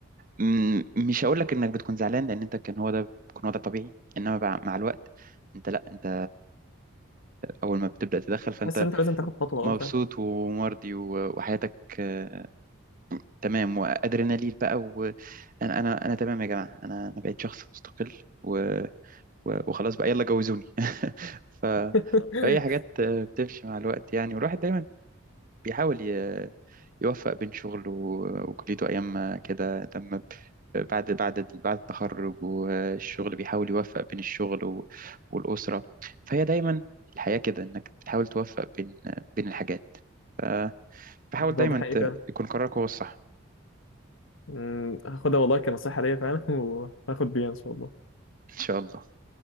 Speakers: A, on the right (about 40°); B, on the left (about 65°).
A: مم، مش هقول لك انك بتكون زعلان لان انت كان هو ده كان هو ده طبيعي انما بع- مع الوقت انت لا انت اول ما بتبدا تدخل فانت
B: حاسس ان انت لازم تاخد خطوه
A: مبسوط
B: اه فاهم
A: ومرضي و- وحياتك آه، تمام وادرينالين بقى وانا انا انا أنا تمام يا جماعه انا انا بقيت شخص مستقل و- و- وخلاص بقى يلا جوزوني <laughs> ف
B: <laughs>
A: فهي حاجات آه، بتمشي مع الوقت يعني والواحد دايما بيحاول ي- يوفق بين شغله و- وكليته أيام ما كده لما ب- بعد بعد بعد التخرج والشغل بيحاول يوفق بين الشغل و- والأسرة فهي دايما الحياة كده إنك تحاول توفق بين بين الحاجات ف- فحاول
B: بالظبط،
A: دايما
B: ده حقيقي
A: ت-
B: فعلا
A: يكون قرارك هو الصح
B: مم، هاخدها والله كنصيحة ليا فعلا <laughs> وهاخد بيها إن شاء الله
A: إن شاء الله